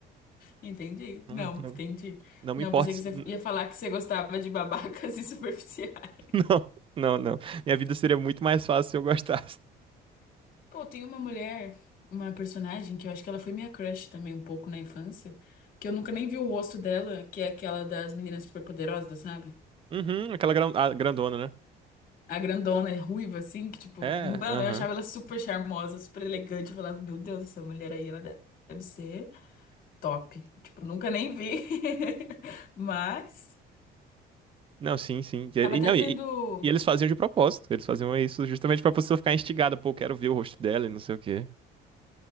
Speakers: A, on the left; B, on the right.
A: Entendi.
B: Não,
A: Não, entendi.
B: não, não me
A: Não,
B: importa.
A: pensei
B: se-
A: que você
B: n-
A: ia falar que você gostava de babacas <laughs> e superficiais.
B: <laughs> Não, não, não. Minha vida seria muito mais fácil se eu gostasse.
A: Pô, tem uma mulher, uma personagem que eu acho que ela foi minha crush também um pouco na infância, que eu nunca nem vi o rosto dela, que é aquela das meninas superpoderosas, sabe?
B: Uhum, aquela gran- a grandona, né?
A: A grandona, é ruiva, assim, que tipo,
B: É,
A: mano,
B: aham.
A: eu achava ela super charmosa, super elegante. Eu falava, meu Deus, essa mulher aí, ela deve deve ser top. Tipo, nunca nem vi. <laughs> Mas,
B: Não, sim, sim. E,
A: tava
B: e
A: até
B: não,
A: tendo.
B: e, e eles faziam de propósito. Eles faziam isso justamente pra pessoa ficar instigada. Pô, quero ver o rosto dela e não sei o quê.